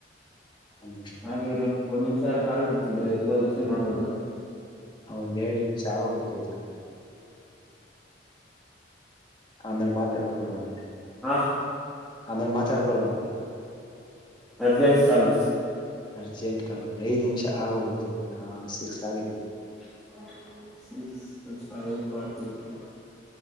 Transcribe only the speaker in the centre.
ಹಾಗೆ ಇರಿ ಒಂದ್ ನಿಮಿಷಾರ ಕಾಲ್ ಮಾಡ್ತಿದ್ರಾ ಹೇತಬೋ <unintelligible> ರಿಸೀವ್ ಮಾಡಬೋದ
ಹಾ
ಅರ್ಜೆಂಟ್ ಕಾಲ್
<unintelligible>
ಫೈವ್ ಫಾರ್ಟಿ <unintelligible>